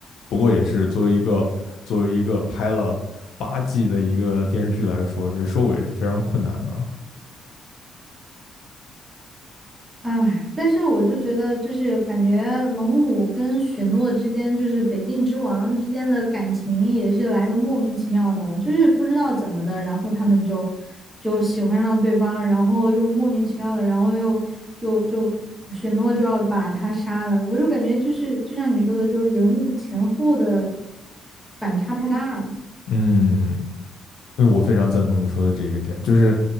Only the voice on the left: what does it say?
不过也是作为一个作为一个拍了八季的一个电视剧来说，其实收尾是非常困难的。
嗯，因为我非常赞同你说的这一个点，就是